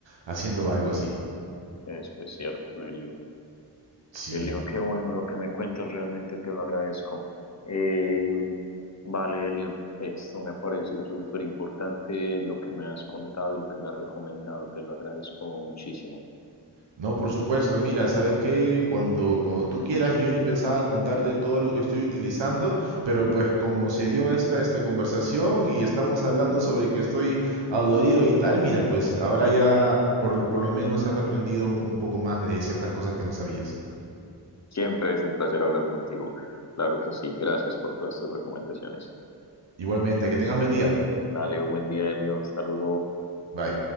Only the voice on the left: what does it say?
Eso es cierto, Eli.
Elio, qué bueno lo que me cuentas, realmente te lo agradezco. Eh, vale, Elio, esto me ha parecido súper importante lo que me has contado y lo que me has recomendado, te lo agradezco muchísimo.
Ujú.
Siempre es un placer hablar contigo, claro que sí, gracias por todas tus recomendaciones.
Dale, buen día, Elio, hasta luego.